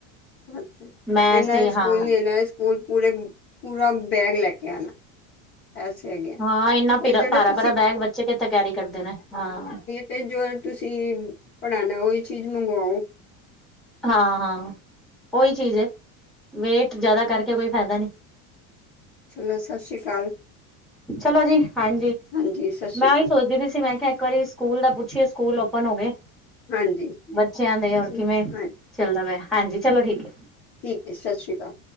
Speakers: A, on the left (about 25°); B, in the centre.
A: ਅੱਛਾ,
B: ਮੈਥ
A: ਇਹਨਾ
B: ਤੇ ਹਾਂ
A: ਸਕੂਲ ਨੀ ਇਹਨਾ ਸਕੂਲ ਪੂਰੇ ਪੂਰਾ ਬੈਗ ਲੈਕੇ ਆਣਾ। ਐਸੇ ਹੈਗੇ। ਆ
B: ਹਾਂ ਇੰਨਾ ਭੀਰਾ
A: ਤੇ ਜਿਹੜਾ
B: ਭਾਰਾ-ਭਾਰਾ
A: ਤੁਸੀਂ
B: ਬੈਗ ਬੱਚੇ ਕਿੱਥੇ ਕੈਰੀ ਕਰਦੇ ਨੇ ਹਾਂ।
A: ਤੇ ਜੋ ਤੁਸੀਂ ਪੜ੍ਹਾਨਾ ਉਹੀ ਚੀਜ਼ ਮੰਗਵਾਓ।
B: ਹਾਂ-ਹਾਂ ਉਹੀ ਚੀਜ਼ ਏ, ਵੇਟ ਜ਼ਿਆਦਾ ਕਰਕੇ ਕੋਈ ਫਾਇਦਾ ਨੀ।
A: ਚਲੋ ਸਾਸ਼ਰੀ ਕਾਲ।
B: ਚਲੋ ਜੀ ਹਾਂਜੀ,
A: ਹਾਂਜੀ ਸਤਿ ਸ਼੍ਰੀ
B: ਮੈਂ
A: ਅਕਾਲ
B: ਉਹੀ ਸੋਚਦੀ ਵੀ ਸੀ ਮੈਂ ਕਿਹਾ ਇੱਕ ਵਾਰੀ ਸਕੂਲ ਦਾ ਪੁੱਛੀਏ ਸਕੂਲ ਓਪਨ ਹੋ ਗਏ
A: ਹਾਂਜੀ
B: ਬੱਚਿਆਂ ਦੇ ਹੋਰ
A: ਠੀਕ
B: ਕਿਵੇਂ
A: ਹਾਂਜੀ
B: ਚੱਲਦਾ ਪਿਆ ਹਾਂਜੀ ਚਲੋ ਠੀਕ
A: ਠੀਕ ਹੈ ਸਤਿ ਸ਼੍ਰੀ ਕਾਲ